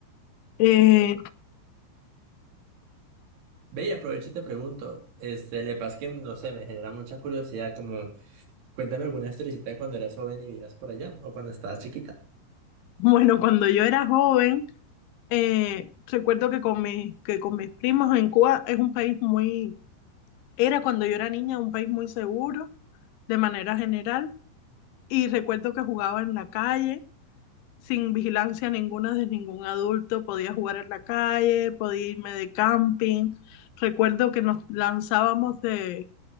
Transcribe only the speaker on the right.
Ve y aprovecho y te pregunto, este, le pasa que, no sé, me genera mucha curiosidad, como, cuéntame alguna historicita de cuando eras joven y vivías por allá, o cuando estabas chiquita.